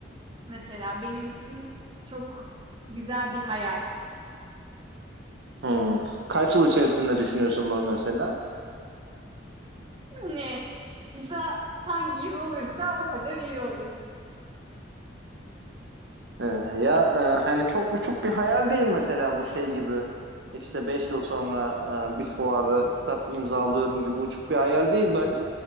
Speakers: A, on the right; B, on the right.
A: mesela benim için çok güzel bir hayal.
B: Hı. Kaç yıl içerisinde düşünüyorsun bunu mesela?
A: Hani, kısa hangi yıl olursa o kadar iyi olur.
B: Ee, ya e, hani çok uçuk bir hayal değil mesela bu şey gibi işte 5 yıl sonra e, bir fuarda kitap imzalıyorum gibi uçuk bir hayal değil bence.